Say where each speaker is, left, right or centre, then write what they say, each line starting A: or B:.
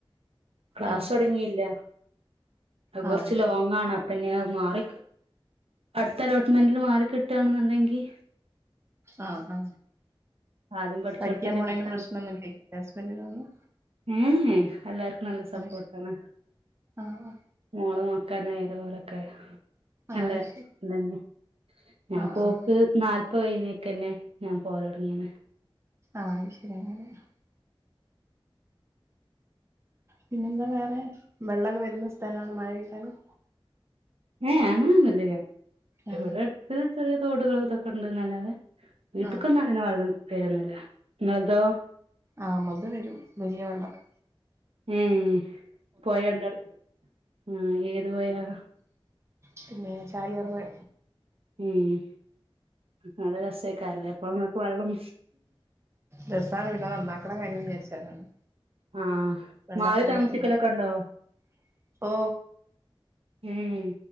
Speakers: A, on the right; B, on the right.
A: ക്ലാസ്സ്
B: ആഹ്
A: തോടങ്ങിയില്ല അഹ് കൊറച്ച്
B: ആഹ്
A: ലോങ്ങാണ്
B: ശരി
A: പിന്നെ മാറി അടുത്ത അലോട്ട്മെന്റല് മാറികിട്ടണ്ന്നങ്കി
B: ആ ആ
A: ആദ്യം പഠിച്ചോടത്തന്നെ
B: പഠിക്കാൻ പോണേന്
A: കിട്ടാ
B: പ്രശ്നൊന്നുല്ലേ ഹസ്ബന്റിനൊന്നും
A: ഏ എല്ലാർക്കും നല്ല സപ്പോർട്ടാണ്
B: ശരി ആഹ്
A: മോള <inaudible> ഓരൊക്കെ
B: ആഹ്
A: നല്ലഇതെനെ
B: ശരി
A: ഞാൻപോക്ക്
B: ആഹ് ആഹ്
A: നാല്പ്ത്കഴിഞ്ഞേക്കെന്നെ ഞാൻ പോലൊടങ്ങിക്ണ്
B: ആ ശരിയണ <inaudible> പിന്നെന്താ വേറെ വെള്ളക്കെ വരുന്ന സ്ഥലണേ മഴപെയ്യ്താലും
A: ഏ അങ്ങനെന്നുല്ല
B: ആഹ്
A: ഇവിടെ അടുത്ത് ചെറിയ തോടുകളും ഇതൊക്കെണ്ട്ല്ലാതെ വീട്ടിക്കൊന്നും
B: ആഹ്
A: അങ്ങനെ വെള്ളം വരുന്നുല്ല ഇങ്ങളതോ
B: ആ മ്മള്ത് വരും വലിയ വെള്ളമൊക്കെ
A: ഉം പോയണ്ടോ അടു ത് ഏത് പോയാ
B: പിന്നെ ചാലിയാർ പൊഴ
A: ഉം അള രസേക്കാരല്ലേ എപ്പഴ നിങ്ങക്ക് വെള്ളം
B: രസാണ് പിന്നെ നന്നാക്കണ കാര്യം വിചാരിച്ചാലാണ്
A: ആഹ്
B: വെള്ളംങ്ങ
A: മാറി താമസിക്കലൊക്കെ ഉണ്ടോ
B: <inaudible> ഓ
A: ഏഹ്